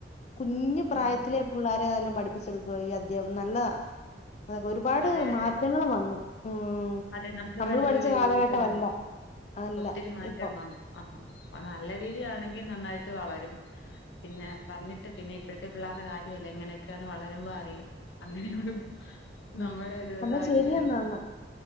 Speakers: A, on the left; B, on the left.
A: കുഞ്ഞു പ്രായത്തിലെ
B: ഉം
A: പുള്ളാരെയതെല്ലാം പഠി ഠിപ്പിച്ചെടുക്കാ ഈ അധ്യാപ നല്ലതാ അതെ ഒരുപാട്
B: അതെ അതെ
A: മാറ്റങ്ങള് വന്നു ഉം
B: അതെ നമ്മള് പഠിച്ചോ
A: പഠിച്ച
B: ഒരു
A: കാലഘട്ടമല്ല
B: രീതി തന്ന അല്ലെ
A: അല്ല
B: ഒത്തിരി മാറ്റം
A: ഇപ്പൊ
B: വന്ന് ആ അത് നല്ല രീതിയണെങ്കി ങ്കി നന്നായിട്ട് വളരും പിന്നെ പറഞ്ഞിട്ട് പിന്നെ ഇപ്പോഴത്തെ പിള്ളേരുടെ കാര്യമല്ലേ എങ്ങനെയൊക്കെയാന്ന് വളരുമ്പോ അറിയാം അങ്ങനെയൊരു
A: ഉം ഉം.
B: നമ്മുടെ ഒരു
A: എന്നാ
B: സാഹചര്യ
A: ശരി
B: അല്ലല്ലോ
A: എന്നാ എന്നാ